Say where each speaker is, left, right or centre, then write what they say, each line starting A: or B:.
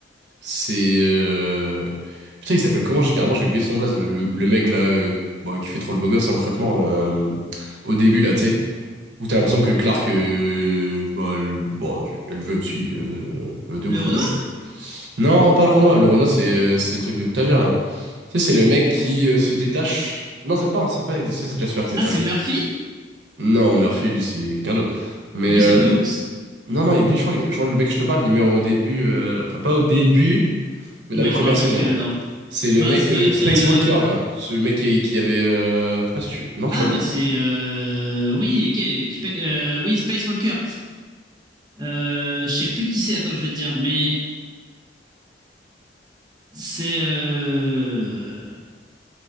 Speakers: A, on the right (about 75°); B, on the right (about 25°).
A: c'est. euh, Putain, il s'appelle comment? J'ai carrément j'ai oublié son blaze. Le, le mec là, euh, bon, qui fait trop le beau gosse, hein, concrètement, euh, au début là, tu sais. Où t'as l'impression que Clark, euh, bah, elle, bon, elle veut, si, elle veut, elle veut de
B: Le
A: ouf,
B: Renoir
A: mais. Non, pas le Renoir. Le Renoir, c'est euh, c'est le truc d'Octavia là. Tu sais, c'est le mec qui euh, se détache. Non, c'est pas, c'est pas ça, c'est Jasper qui se
B: Ah,
A: détache.
B: c'est Murphy
A: Non, Murphy, lui, c'est quelqu'un d'autre. Mais
B: Lui,
A: euh,
B: c'est le Goat.
A: non, non, lui, je crois, que- je crois que le mec que je te parle, il meurt au début. euh, enfin, pas au début, mais
B: Bah,
A: dans les premières
B: je me rappelle
A: saisons.
B: plus alors.
A: C'est le
B: Bah,
A: mec
B: ça doit
A: euh,
B: être.
A: Space
B: euh,
A: Walker, là. Ce mec qui, qui avait. euh, je sais pas si tu. Non, tu
B: Ah,
A: vois pas?
B: mais c'est. euh, Oui, ok. je pa- euh, Oui, Space Walker. Euh, Je sais plus qui c'est, attends, je vais te dire. Mais c'est. euh,